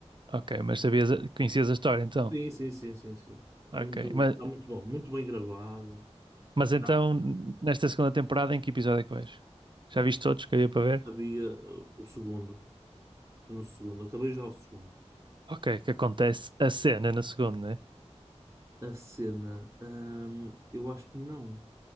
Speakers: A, on the right; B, on the right.
A: ok, mas sabias, a- conhecias a história então?
B: Sim, sim, sim, sim, sim. Está
A: Ok,
B: muito,
A: mas
B: está muito bom, muito bem gravado.
A: Mas então,
B: Já
A: nesta segunda temporada, em que episódio é que vais? Já viste todos que havia para ver?
B: sabia eh, o segundo. Estou no segundo. Acabei já o segundo.
A: Ok, que acontece a cena na segunda, né?
B: A cena, hum, eu acho que não.